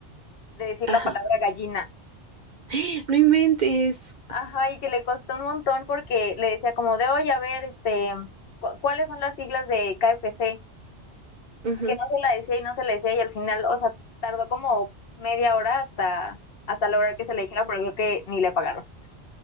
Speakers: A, on the left; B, on the right.
A: de decir
B: Ajá.
A: la palabra gallina.
B: <gasps> No inventes.
A: Ajá, y que le costó un montón porque le decía como de, oye, a ver, este, cu- ¿cuáles son las siglas de KFC?
B: Ujú.
A: Y que no se la decía y no se la decía y al final, o sea, tardó como media hora hasta, hasta lograr que se le dijera, pero creo que ni le pagaron.